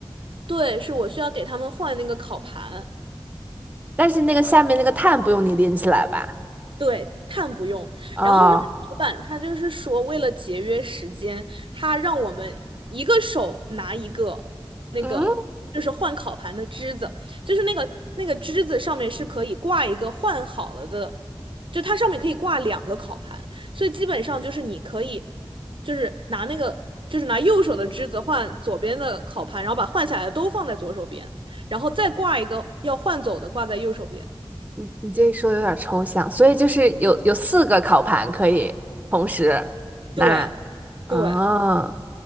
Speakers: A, on the right (about 60°); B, on the right (about 15°).
A: 对，是我需要给他们换那个烤盘。
B: 但是那个下面那个碳不用你拎起来吧？
A: 对，碳不用。
B: 哦，
A: 然后那个老板他就是说，为了节约时间，他让我们一个手拿一个那个就是换烤盘的枝子，
B: 嗯，
A: 就是那个那个枝子上面是可以挂一个换好了的，就它上面可以挂两个烤盘，所以基本上就是你可以就是拿那个就是拿右手的枝子换左边的烤盘，然后把换下来的都放在左手边，然后再挂一个要换走的挂在右手边。
B: 你这一说有点抽象，所以就是有有四个烤盘可以同时拿。
A: 对
B: 哦，
A: 对。